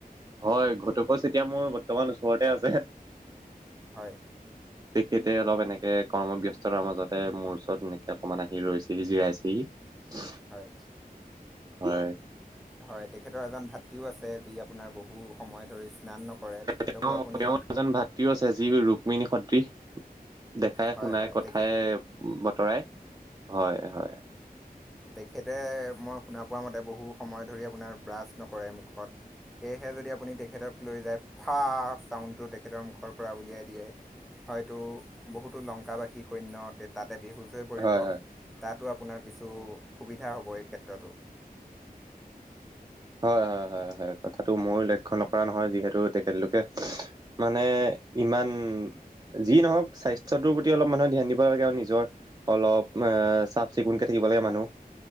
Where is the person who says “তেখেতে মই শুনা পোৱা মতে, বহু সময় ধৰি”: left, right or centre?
Centre